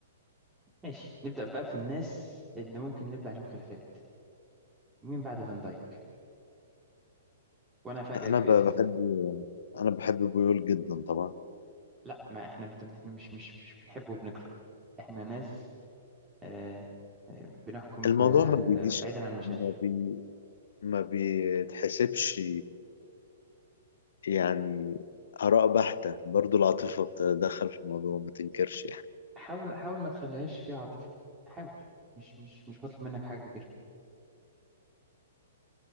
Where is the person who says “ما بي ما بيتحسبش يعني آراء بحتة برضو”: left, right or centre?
Left